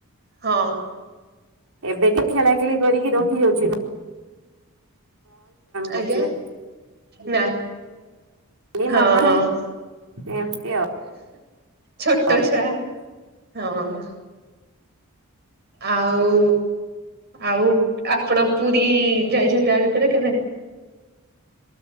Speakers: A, on the right (about 45°); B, on the right (about 80°).
A: ହଁ
B: ଏବେ ତ ଖେଳାଖେଳି କରିକି ରହିି ଯାଉଛି ଚ <inaudible> କରୁଥିଲା।
A: ଆ୍ଞା ନା
B: ଖାଲି
A: ହଁ
B: ମାମା ଏମିତି
A: ଛୋଟ
B: ଆଉ
A: ଛୁଆ ହଁ। ଆଉ ଆଉ ଆପଣ ପୁ ରୀ ଯାଇଛନ୍ତି ଆ ଭିତରେ କେବେ?